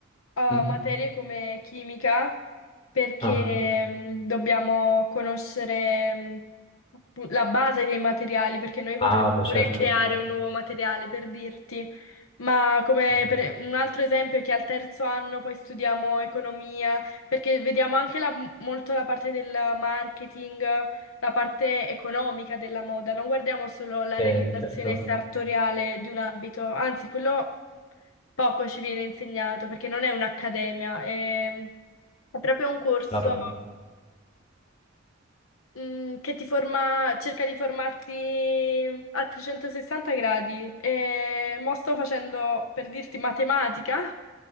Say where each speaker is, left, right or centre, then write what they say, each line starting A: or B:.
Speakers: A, on the left; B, on the left.
A: eh,
B: Mm?
A: materie come chimica perché
B: Ah.
A: mh, dobbiamo conoscere mh, appu- la base dei materiali, perché noi potremmo
B: Ah, vabbè,
A: pure
B: certo.
A: creare un nuovo materiale per dirti. Ma come
B: Mhm.
A: per un altro esempio è che al terzo anno poi studiamo economia, perché vediamo anche la- molto la parte del marketing, la parte economica della moda, non guardiamo solo la
B: Eh,
A: realizzazione
B: certo,
A: sartoriale di un abito, anzi quello poco ci viene insegnato perché non è un'accademia, è, è proprio un corso
B: chiaro.
A: Mm, che ti forma, cerca di formarti a 360 gradi. E mo sto facendo, per dirti, matematica,